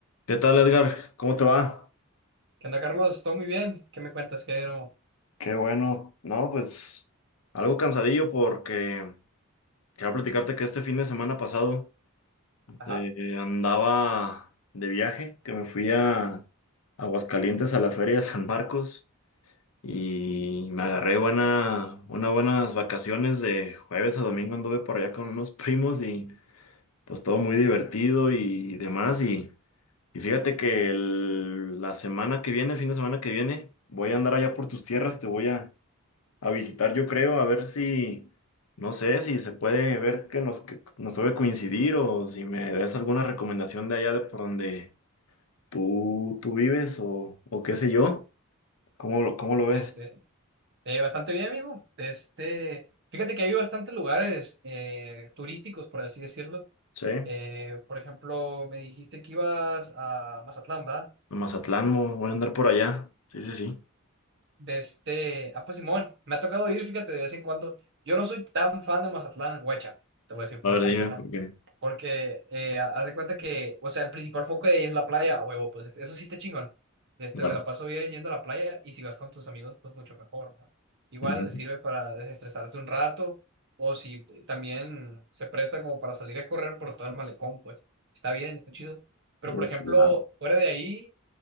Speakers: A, on the left (about 75°); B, on the right (about 60°).
A: ¿Qué tal, Edgar? ¿Cómo te va?
B: ¿Qué onda, Carlos? Todo muy bien. ¿Qué me cuentas, ¿Qué no?
A: Qué bueno. No, pues Algo cansadillo porque quiero platicarte que este fin de semana pasado
B: Ajá,
A: eh, andaba de viaje, que me fui a Aguascalientes a la Feria de San Marcos y me agarré buena, unas buenas vacaciones de jueves a domingo. Anduve por allá con unos <laughs> primos y pues todo muy divertido y demás. Y, y fíjate que el- la semana que viene, el fin de semana que viene, voy a andar allá por tus tierras, te voy a... a visitar, yo creo, a ver si, no sé, si se puede ver que nos, que nos debe coincidir o si me des alguna recomendación de allá de por donde tú, tú vives o, o qué sé yo. ¿Cómo lo, cómo lo ves?
B: este, eh, bastante bien, amigo. Este, fíjate que hay bastantes lugares eh, turísticos, por así decirlo.
A: Sí, a
B: Eh, por ejemplo, me dijiste que ibas a Mazatlán, ¿verdad?
A: Mazatlán, mo- voy a andar por allá. Sí, sí, sí.
B: De este, ah, pues Simón, me ha tocado ir, fíjate, de vez en cuando. Yo no soy tan fan de Mazatlán, guacha. Te voy a decir
A: A
B: por
A: ver,
B: qué,
A: dime
B: carnal.
A: por qué.
B: Porque eh, ha- haz de cuenta que, o sea, el principal foco de ahí es la playa, a huevo, pues este- eso sí está chingón. Este,
A: Claro.
B: me la paso bien yendo a la playa y si vas con tus amigos, pues mucho mejor, ¿no? Igual
A: Ujú.
B: sirve para desestresarte un rato o si eh, también se presta como para salir a correr por todo el malecón, pues está bien, está chido. Pero
A: Uy,
B: por ejemplo,
A: chulada.
B: fuera de ahí,